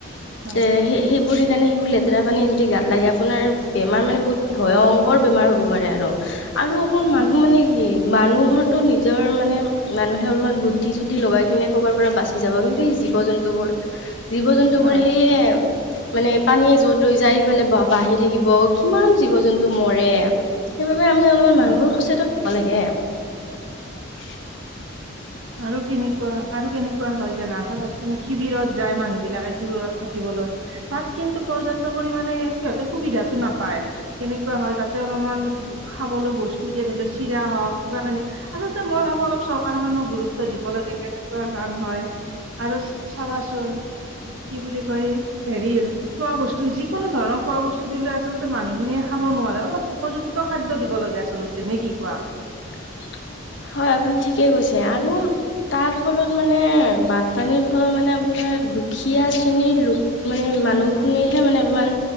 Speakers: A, on the right; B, on the left.
A: হয়
B: এ সেই সেইবোৰ সেইকাৰণে সেই লেত লেতেৰা পানী যদি গাত লাগে আপোনাৰ বেমাৰ মানে বহুত ভয়ংকৰ বেমাৰ হ'ব পাৰে আৰু। আৰু অকণ মানুহ
A: হয়
B: মানে কি মানুহৰো নিজ নিজৰ মানে মানুহে অলপমান বুদ্ধি চুদ্ধি লগাই কিনে ক'ৰবাৰ পৰা বাচি যাব কিন্তু এই জীৱ জন্তুবোৰ জীৱ জন্তুবোৰ
A: হয়
B: সেয়ে মানে পানীয়ে য'ত লৈ যায় সিফালে বা বাঢ়ি থাকিব কিমান জীৱ জন্তু মৰে। সেইবাবে আমি অলপমান মানুহবোৰ
A: হয়
B: সচেতন হ'ব লাগে আৰু।
A: আৰু কেনেকুৱা আৰু কেনেকুৱা হয় জানা চাবাচোন তুমি শিবিৰত যায় মানুহবিলাকে শিবিৰত থাকিবলৈ। তাত কিন্তু পৰ্যাপ্ত পৰিমমানে সিহঁতে সুবিধাটো নাপায় কেনেকুৱা হয় তাতে অলপমান খাবলৈ বস্তু দিয়ে ধৰি লওঁ চিৰা হওঁক কিবা কিনি আচলতে মই ভাবো অলপ চৰকাৰখনে গুৰুত <unintelligible> দিব লাগে কেনেকুৱা ধৰণ হয় আৰু চাবাচোন কি বুলি কয় হেৰি খোৱা বস্তু যিকোনো ধৰণৰ খোৱা বস্তু দিলে আচলতে মানুহখিনিয়ে খাব <unintelligible> নোৱাৰে অলপ উপযুক্ত খাদ্য দিব লাগে আচলতে নে কি কোৱা।
B: <unintelligible> হয় আপুনি ঠিকে কৈছে আৰু তাৰ ফলত মানে বানপানীৰ ফলত মানে আপোনাৰ দুখীয়া শ্ৰেণীৰলোক মানে মানুহ খুনিৰহে মানে অলপমান